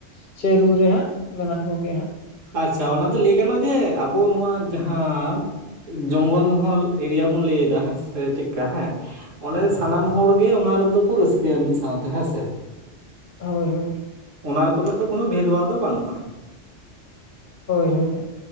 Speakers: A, on the left; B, on the right.
A: ᱥᱮ ᱨᱩ ᱨᱮ ᱦᱟᱸᱜ ᱢᱮᱱᱟᱜ ᱠᱚ ᱜᱮᱭᱟ ᱦᱟᱸᱜ᱾
B: ᱟᱪᱪᱷᱟ ᱚᱱᱟ ᱫᱚ ᱞᱟᱹᱭ ᱜᱟᱱᱚᱜᱼᱟ, ᱡᱮ ᱟᱵᱚ ᱱᱚᱣᱟ ᱡᱟᱦᱟᱸᱼᱼ ᱡᱚᱝᱜᱚᱞ ᱢᱚᱦᱚᱞ ᱮᱨᱤᱭᱟ ᱵᱚᱱ ᱞᱟᱹᱭ ᱮᱫᱟ ᱦᱮᱸ ᱥᱮ ᱪᱮᱠᱠᱟ ᱦᱮᱸ᱾ ᱚᱱᱰᱮ ᱥᱟᱱᱟᱢ ᱦᱚᱲ ᱜᱮ ᱚᱱᱟ ᱨᱮᱫᱚ ᱠᱚ ᱨᱟᱹᱥᱠᱟᱹᱭᱟ ᱢᱤᱫ ᱥᱟᱶᱛᱮ ᱦᱮᱸ ᱥᱮ᱾
A: ᱦᱚᱭ ᱦᱚᱭ᱾
B: ᱚᱱᱟ ᱠᱚᱨᱮᱜ ᱫᱚ ᱠᱚᱱᱚ ᱵᱷᱮᱫ ᱵᱷᱟᱵᱽ ᱫᱚ ᱵᱟᱹᱱᱩᱜᱼᱟ᱾
A: ᱦᱳᱭ ᱦᱳᱭ᱾